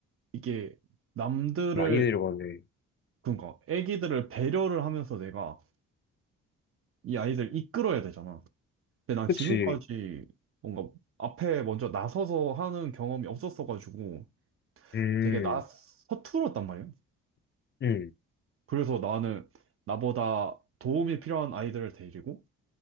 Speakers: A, on the right (about 45°); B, on the left (about 40°).
A: 이게 남들을,
B: 많이 내려가네.
A: 그러니까 애기들을 배려를 하면서 내가 이 아이들 이끌어야 되잖아. 근데 난
B: 그치.
A: 지금까지 뭔가 앞에 먼저 나서서 하는 경험이 없었어가지고
B: 음,
A: 되게 나 서툴었단 말이야.
B: 음,
A: 그래서 나는 나보다 도움이 필요한 아이들을 데리고